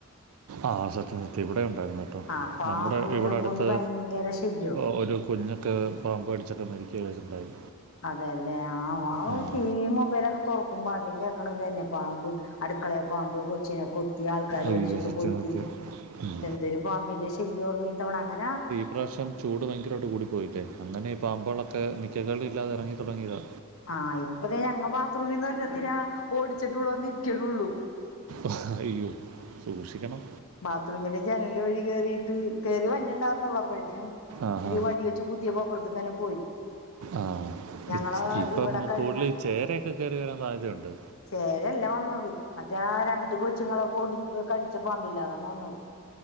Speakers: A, on the right; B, on the left.
A: ആഹ് സത്യം സത്യം ഇവടെ ഉണ്ടായിരുന്നത്.
B: ആഹ് പാമ്പുവിനെ
A: നമ്മുടെ ഇവിടെ അടുത്ത്
B: കൊണ്ട് ഭയങ്കര ശല്യോ
A: ആ ഒരു കുഞ്ഞ് ഒക്കെ പാമ്പ് കടിച്ചൊക്കെ മരിക്കയൊക്കെ ഉണ്ടായി
B: അതെയല്ലേ ആ ഞാൻ വിചാരിച്ചു
A: ഉം.
B: ടി വിയും മൊബൈലൊക്കെ തുറക്കുമ്പോ അദ്യം കേൾക്കണ തന്നെ പാമ്പ് അടുക്കളേൽ പാമ്പ് കൊച്ചിനെ കൊ ത്തി ആൾക്കാരെ
A: അയ്യോ
B: ഓടിച്ചിട്ട്
A: സത്യം
B: കൊത്തി
A: സത്യം
B: പക്ഷെ
A: ഉം.
B: എന്തൊരു പാമ്പിന്റെ ശല്യം ആരുന്ന് ഇത്തവണ അങ്ങനെ
A: ഇപ്രാവശ്യം ചൂട് ഭയങ്കരമായിട്ട് കൂടിപ്പോയില്ലേ അങ്ങനെ ഈ പാമ്പുകളൊക്കെ നിക്കക്കള്ളി ഇല്ലാതെ ഇറങ്ങി തുടങ്ങിയതാ
B: ആഹ് ഇപ്പതേ ഞങ്ങളെ ബാത്റൂമിൽ നിന്ന് ഒരെണ്ണത്തിനെ ഓടിച്ചിട്ട് ഇവിടെ വന്ന് ഇരിക്കണേയുള്ളൂ
A: ആഹ് അയ്യോ സൂക്ഷിക്കണം
B: ബാത്റൂമിലെ ജനല് വഴി കേറിയിട്ട് കേറി വരണേ ഉണ്ടായിർന്നൊള്ളൂ അപ്പഴെ
A: ആ ഹാ
B: ഒരു വടി വെച്ച് കുത്തിയപ്പോ അപ്പുറത്തേക്ക്‌ തന്നെ പോയി
A: ആഹ്
B: ഞങ്ങള്
A: ഇപ്പം
B: ഇവിടെ കഴിഞ്ഞ
A: കൂടുതല് ചേരയൊക്കെ കയറി വരാൻ സാധ്യതയുണ്ട്
B: ചേരയല്ല വന്നത് മറ്റേ ആ രണ്ട് കൊച്ചുങ്ങളൊക്കെ ഓടി കടിച്ച പാമ്പില്ലേ അതാണ് വന്നത്